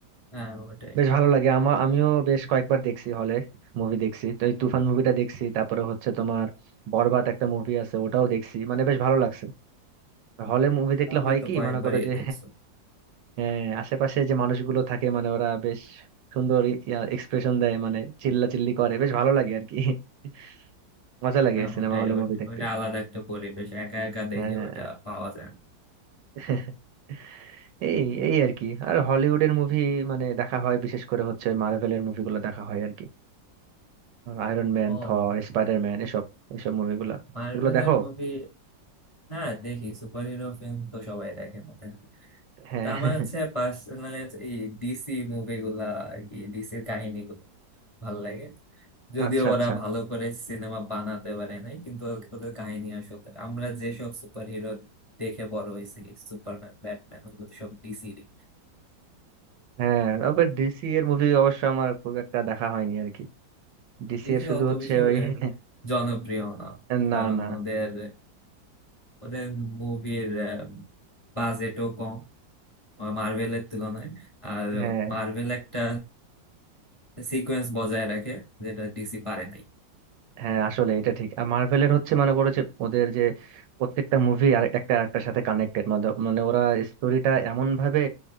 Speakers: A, on the left; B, on the right.
A: হ্যাঁ ওটাই
B: বেশ ভালো লাগে আমার আমিও বেশ কয়েকবার দেখছি হলে মুভি দেখছি তো এই তুফান মুভিটা দেখছি তারপরে হচ্ছে তোমার বরবাদ একটা মুভি আছে ওটাও দেখছি মানে বেশ ভালো লাগছে হলে মুভি দেখলে
A: তাহলে
B: হয়
A: তো
B: কি
A: কয়েকবারই
B: মনে করো যে
A: দেখছো
B: হ্যাঁ আশেপাশে যে মানুষগুলো থাকে মানে ওরা বেশ সুন্দর এক্সপ্রেশন দেয় মানে চিল্লা চিল্লি করে বেশ ভালো লাগে আর কি <laughs> মজা লাগে
A: হ্যাঁ
B: সিনেমা
A: ওটাই
B: হলে
A: ওট-
B: মুভি দেখতে
A: ওটা আলাদা একটা পরিবেশ একা একা দেখে
B: হ্যাঁ
A: ওটা পাওয়া যায় না
B: <laughs> এই এই আর কি আর হলিউডের মুভি মানে দেখা হয় বিশেষ করে হচ্ছে মার্ভেলের মুভিগুলো দেখা হয় আর কি আয়রন ম্যান
A: ও
B: থর স্পাইডারম্যান এসব এসব মুভিগুলো
A: মার্ভেলের
B: এগুলো দেখো
A: মুভি হ্যাঁ দেখি সুপার হিরো ফিল্ম তো সবাই দেখে মনে হয়
B: হ্যাঁ
A: তা
B: <laughs>
A: আমার হচ্ছে পার্সোনালি এই ডিসি মুভিগুলা আর কি ডিসির কাহিনীগুলো ভালো লাগে যদিও
B: আচ্ছা আচ্ছা
A: ওরা ভালো করে সিনেমা বানাতে পারে নাই কিন্তু ও- ওদের কাহিনী আসলে আমরা যেসব সুপার হিরো দেখে বড় হয়েছি সুপারম্যান ব্যাটম্যান ওগুলো তো সব ডিসিরই
B: হ্যাঁ তারপর ডিসি এর মুভি অবশ্য আমার খুব একটা দেখা হয়নি আর কি ডিসি
A: ডিসি
B: এর শুধু
A: অত
B: হচ্ছে
A: বেশি
B: ওই
A: আহ,
B: <laughs>
A: জনপ্রিয় না
B: না
A: কারণ
B: না
A: ওদের ওদের মুভির বাজেটও কম মার্ভেলের তুলনায় আর
B: হ্যাঁ
A: মার্ভেল একটা সিকোয়েন্স বজায় রাখে যেটা ডিসি পারে নাই
B: হ্যাঁ আসলে এটা ঠিক আর মার্ভেলের হচ্ছে মনে করো যে ওদের যে প্রত্যেকটা মুভি আর একটা একটার সাথে কানেক্টেড মানে মানে ওরা স্টোরিটা এমন ভাবে